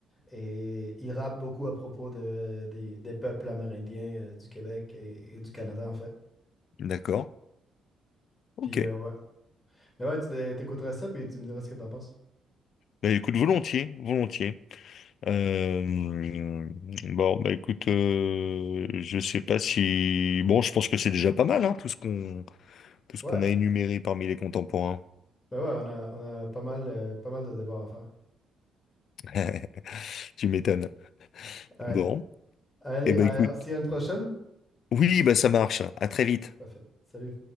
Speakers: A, on the left; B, on the left.
A: Et il rappe beaucoup à propos de, des, des peuples amérindiens euh, du Québec et, et du Canada, en fait.
B: D'accord. Ok.
A: Puis euh, ouais. Mais ouais, tu t'é- t'écouterais ça, puis tu me diras ce que t'en penses.
B: Bah écoute, volontiers, volontiers. Euh, bon, bah écoute, euh, je sais pas si. Bon, je pense que c'est déjà pas mal, hein, tout ce qu'on tout ce
A: Ouais.
B: qu'on a énuméré parmi les contemporains.
A: Ben ouais, on a, on a pas mal, euh, pas mal de devoirs à faire.
B: <laughs> Tu m'étonnes.
A: Alright.
B: Bon.
A: Allez,
B: Eh ben
A: euh,
B: écoute.
A: on se dit à une prochaine.
B: Oui, bah ça marche. À très vite.
A: Parfait. Salut.